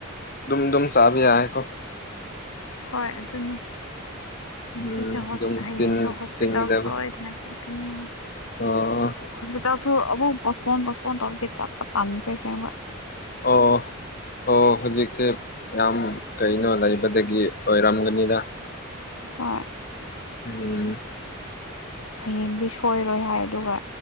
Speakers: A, on the left (about 45°); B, on the left (about 85°).
A: ꯗꯨꯝ ꯗꯨꯝ ꯆꯥꯕ ꯌꯥꯢꯌꯦꯀꯣ
B: ꯍꯣꯏ ꯑꯗꯨꯅꯤ
A: ꯎꯝ
B: ꯁꯤꯁꯦ ꯍ
A: ꯑꯗꯨꯝ
B: ꯍꯌꯦꯡꯁꯦ
A: ꯇꯤꯟ
B: ꯍꯣꯁꯄꯤꯇꯥꯜ
A: ꯇꯤꯟꯒꯗꯕ
B: ꯁꯣꯏꯗꯅ ꯆꯠ ꯀꯅꯤ
A: ꯑꯣ
B: ꯍꯣꯁꯄꯤꯇꯥꯜ ꯗꯨꯨ ꯑꯃꯨꯛ ꯄꯁꯄꯣꯟ ꯄꯣꯁꯄꯣꯟ ꯇꯧꯔꯗꯤ ꯆꯞꯄ ꯇꯥꯟꯗ꯭ꯔꯦ ꯑꯁꯦꯝꯕ
A: ꯑꯣ ꯑꯣ ꯍꯧꯖꯤꯛꯁꯦ ꯌꯥꯝ ꯀꯩꯅꯣ ꯂꯩꯕꯗꯒꯤ ꯑꯣꯏꯔꯝꯒꯅꯤꯗ
B: ꯍꯣꯏ
A: ꯎꯝ
B: ꯍꯌꯦꯡꯗꯤ ꯁꯣꯏꯔꯣꯏ ꯍꯥꯏ ꯑꯗꯨꯒ